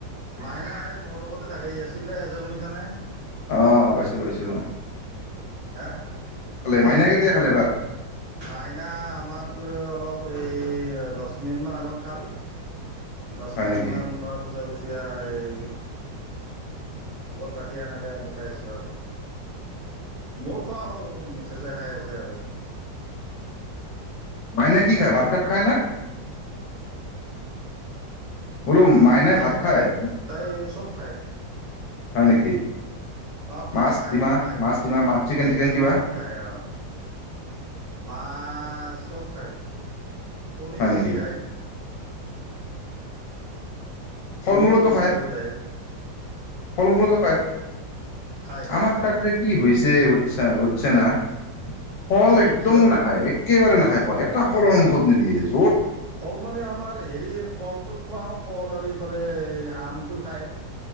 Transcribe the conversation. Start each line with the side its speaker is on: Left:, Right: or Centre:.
Right: মাইনা সে মোৰ লগতে থাকে এ চিল্লাই আছে শুনিছানে?
Left: অঁ পাইছোঁ পাইছোঁ।
Right: হাহ, শুনিছা,
Left: মাইনাই কেতিয়া খালে ভাত
Right: মাইনা, আমাতকৈ অলপ এই দশ মিনিটমান আগত খাল দশ
Left: হয়
Right: মিনিটমান
Left: নেকি?
Right: খোৱাৰ পিছত এতিয়া এই, লগত ৰাখি এনেকৈ আমি খাই আছোঁ আৰু।
Left: অ,
Right: মোৰ খোৱা হ'ল, মিছেছে খাই আছে আৰু।
Left: মাইনাই কি খায়
Right: হেল্ল'
Left: ভাত তাত খায় নে? বোলো মাইনাই
Right: খাই
Left: ভাত খায়?
Right: তাই চব খাই।
Left: হয় নেকি?
Right: অঁ খাই
Left: মাছ
Right: খাই
Left: ডিমা
Right: খাই,
Left: মাছ ডিমা মা চিকেন টিকেন কিবা
Right: ভাত খাই অঁ মাছ, চব খায়। পনীৰ
Left: হয়
Right: বেছি
Left: নেকি
Right: খায়। পনীৰটো
Left: ফল-মূলতও
Right: বেছি
Left: খায়,
Right: চলে তাইৰ
Left: ফল-মূলতও খায়।
Right: খায় খায়
Left: আমাক
Right: খায়
Left: তাক যে কি হৈছে বুজছ বুজছা না, ফল
Right: কি
Left: একদম
Right: কিয়
Left: নাখায় একেবাৰে নাখা খায় পোৱা নাই এটা ফলও মুখত নিদিয়ে এইজ
Right: ফল মানে আমাৰ হেৰি কলটো খুৱাও কল আৰু এইফালে লে আমটো খাই।